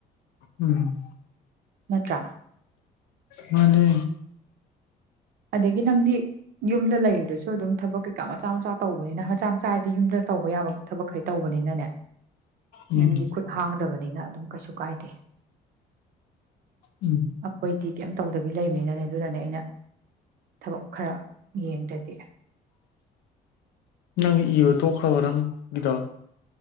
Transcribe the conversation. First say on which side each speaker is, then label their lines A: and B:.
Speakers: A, on the left (about 80°); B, on the right (about 65°).
A: ꯎꯝ
B: ꯅꯠꯇ꯭ꯔ
A: ꯃꯥꯅꯦ
B: ꯑꯗꯒꯤ ꯅꯪꯗꯤ ꯌꯨꯝꯗ ꯂꯩꯔꯤꯗꯨꯁꯨ ꯑꯗꯨꯝ ꯊꯕꯛ ꯀꯩꯀꯥ ꯃꯆꯥ ꯃꯆꯥ ꯇꯧꯕꯅꯤꯅ ꯃꯆꯥ ꯃꯆꯥ ꯍꯥꯏꯗꯤ ꯌꯨꯝꯗ ꯇꯧꯕ ꯌꯥꯕ ꯊꯕꯛꯈꯩ ꯇꯧꯕꯅꯤꯅꯅꯦ
A: ꯎꯝ
B: ꯅꯗꯤ ꯈꯨꯠ ꯍꯥꯡ ꯇꯕꯅꯤꯅ ꯑꯗꯨꯝ ꯀꯩꯁꯨ ꯀꯥꯏꯗꯦ
A: ꯎꯝ
B: ꯑꯄꯣꯏꯗꯤ ꯀꯩꯝ ꯇꯧꯗꯕꯤ ꯂꯩꯕꯅꯤꯅꯅꯦ ꯑꯗꯨꯗꯅꯦ ꯑꯩꯅ ꯊꯕꯛ ꯈꯔ ꯌꯦꯡꯗꯗꯤ
A: ꯅꯪꯒꯤ ꯏꯕ ꯇꯣꯛꯈ꯭ꯔꯕ ꯅꯪ ꯒꯤꯗ